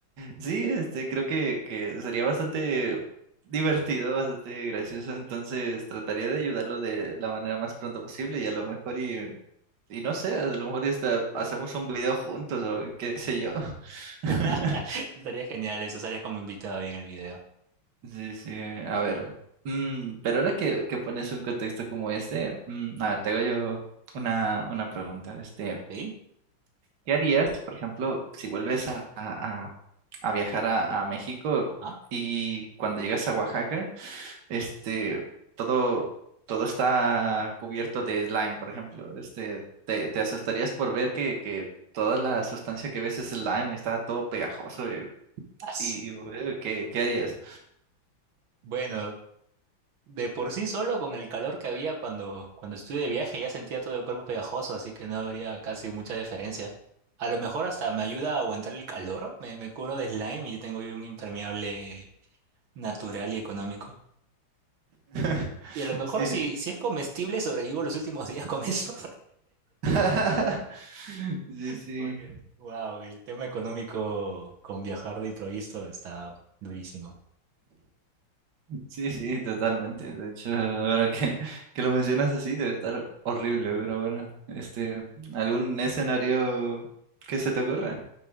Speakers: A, on the right; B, on the right.
A: sí, este, creo que, que sería bastante divertido, bastante gracioso. Entonces, trataría de ayudarlo de la manera más pronto posible y a lo mejor y, y no sé, a lo mejor y hasta hacemos un video juntos o qué sé yo. <laughs>
B: <laughs> Estaría genial eso, estaría como invitado ahí en el video.
A: Sí, sí, a ver. Mm, pero ahora que, que pones un contexto como este, mm, a ver, te hago yo una, una pregunta. Este,
B: ¿Sí?
A: ¿Qué harías, por ejemplo, si vuelves a, a- a- a viajar a, a México
B: Ajá.
A: y cuando llegas a Oaxaca, este, todo, todo está cubierto de slime, por ejemplo? Este, te, te asustarías por ver que, que toda la sustancia que ves es slime, está todo pegajoso y,
B: <laughs> Ah,
A: y- y, eh, ¿qué, qué harías?
B: Bueno, De por sí solo con el calor que había cuando, cuando estuve de viaje ya sentía todo el cuerpo pegajoso, así que no habría casi mucha diferencia. A lo mejor hasta me ayuda a aguantar el calor, me, me cubro de slime y tengo ahí un impermeable natural y económico.
A: <laughs>
B: Y a lo mejor
A: Sí,
B: si,
A: sí.
B: si es comestible sobrevivo los últimos <laughs> días con eso.
A: <laughs> Sí,
B: <laughs>
A: sí.
B: Porque, wow, el tema económico con viajar de improviso está durísimo.
A: Sí, sí, totalmente. De hecho, ahora que, que lo mencionas así, debe estar horrible, pero bueno, este, ¿algún escenario que se te ocurra?